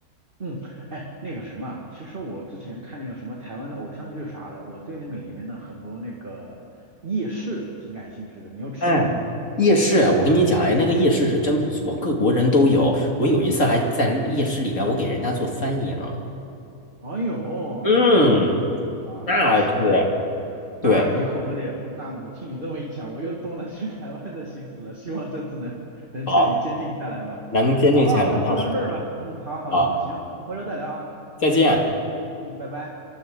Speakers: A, on the right; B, on the left.
A: 嗯，哎，那个什么啊其实我之前看那个什么台湾的偶像剧啥的，我对那个里面的很多那个夜市挺感兴趣的，你有吃过吗？
B: 哎，夜市，我跟你讲，哎，那个夜市是真不错，各国人都有。我有一次还在夜市里边，我给人家做翻译呢。
A: 哎呦，
B: 嗯，
A: 真不错啊，
B: 那是，
A: 那行那。
B: 对，
A: 那以后我得，那你听你这么一讲，我又动了去台湾的心思了。希望这次能能彻底坚定下来吧。
B: 好，咱们坚定一下来，
A: 好吧，好吧，
B: 到时候
A: 就聊这儿吧。嗯，好好好，
B: 好，
A: 行，我们回头再聊啊。
B: 再见。
A: 嗯，拜拜。